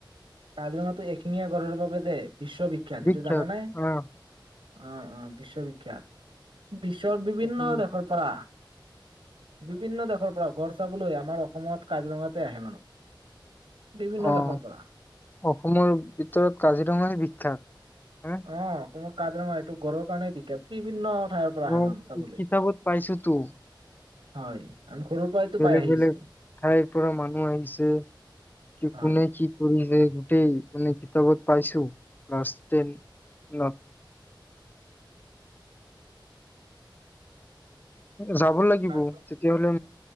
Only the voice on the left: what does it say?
বিখ্যাত
আহ
অ
অ',
অসমৰ ভিতৰত কাজিৰঙাহে বিখ্যাত। হ
অ',
কিতাপত পাইছোঁ তো,
বেলেগ
বেলেগ ঠাইৰ পৰা মানুহ আহিছে, কি
কোনে কি কৰিছে গোটেই মানে কিতাপত পাইছোঁ, ক্লাছ টেনত। যাব লাগিব
তেতিয়াাহ'লে